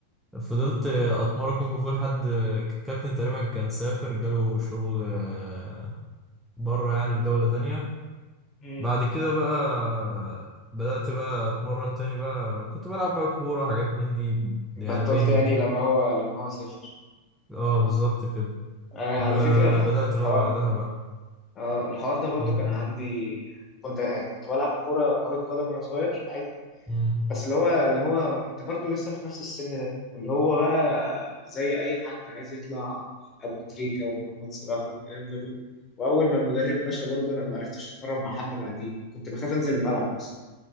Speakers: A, in the centre; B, on the left.
A: فضلت اتمرن كونج فو لحد الكابتن تقريبا كان سافر جاله شغل آه، بره يعني في دولة تانية
B: مم.
A: بعد كده بقى بدأت بقى اتمرن تاني بقى كنت بلعب بقى كورة حاجات من دي
B: بطلت
A: يعني بينج
B: يعني لما هو لما هو سافر
A: اه بالظبط كده
B: انا
A: ب...
B: على فكرة الح-
A: بدأت
B: الحوار
A: بقى بعدها بقى
B: اه الحوار ده برضه
A: مم.
B: كان عندي كنت كنت بلعب كورة كرة قدم وانا صغير
A: مم.
B: بس اللي هو اللي هو كنت برضو لسه في نفس السن ده واللي هو بقى زي اي حد عايز يطلع ابو تريكة ومحمد صلاح والكلام ده كله واول ما المدرب مشى برضو انا ما عرفتش اتمرن مع حد بعديه كنت بخاف انزل الملعب اصلا